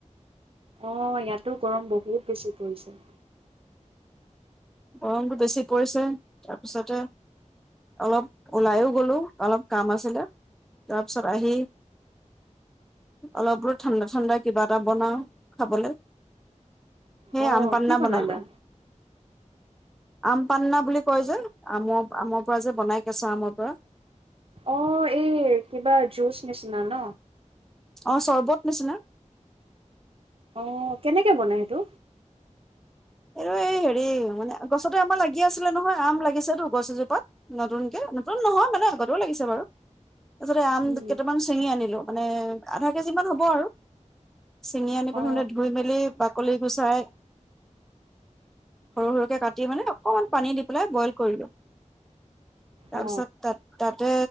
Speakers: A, on the right; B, in the centre.
A: অ ইয়াতো গৰম বহুত বেছি পৰিছে।
B: গৰমটো বেছি পৰিছে তাৰপিছতে অলপ ওলাইও গলোঁ অলপ কাম আছিলে তাৰপিছত আহি অলপলপ ঠাণ্ডা ঠাণ্ডা কিবা এটা বনাওঁ খাবলৈ। সেই
A: অ
B: আম পান্না
A: কি বনালা?
B: বনালো আম পান্না বুলি কয় যে, আমৰ, আমৰ পৰা যে বনাই কেঁচা আমৰ পৰা।
A: অঁ! এই, কিবা জিউচ নিচিনা ন।
B: অ' চৰ্বত নিচিনা।
A: অ' কেনেকে বন সেইটো?
B: এইটো, এই হেৰি মানে গছতে আমাৰ লাগি আছিলে নহয়। আম লাগিছেতটো গছ এজোপাত। নতুনকে, নতুন নহয় মানে আগতে লাগিছে বাৰু আগতে আম
A: উম
B: কেইটামান চিঙি আনিলো। মানে, আধা কেজি মান হ'ব আৰু! চিঙি আনি প্ৰথমতে,
A: অ
B: ধুই মেলি বাকলি গোচাই সৰু সৰুকে কাটি মানে, অকণমান পানী দি পেলাই বইল কৰিলোঁ। তাৰপিছত,
A: অ
B: তাত তাতে